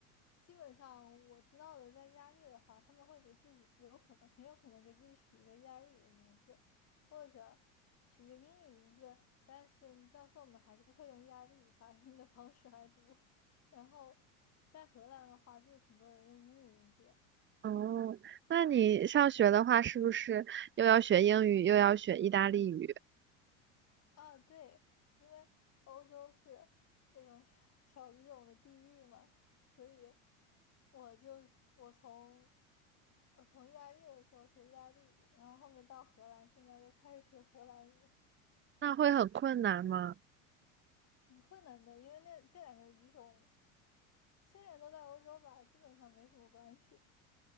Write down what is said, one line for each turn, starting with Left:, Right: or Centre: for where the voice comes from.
Left: 基本上我知道的，在意大利的话，他们会给自己有可能，很有可能给自己取一个意大利语的名字，或者取一个英语名字，但是教授们还是会用意大利语发音的方式来读。<laughs> 然后在荷兰的话，就有挺多人用英语名字的。
Right: 哦，那你上学的话，是不是又要学英语，又要学意大利语？
Left: 啊，对，因为欧洲是那种小小语种的地域嘛，所以我就是我从我从意大利的时候学意大利语，然后后面到荷兰，现在又开始学荷兰语，
Right: 那会很困难吗？
Left: 挺困难的，因为那这两个语种虽然都在欧洲吧，基本上没什么关系。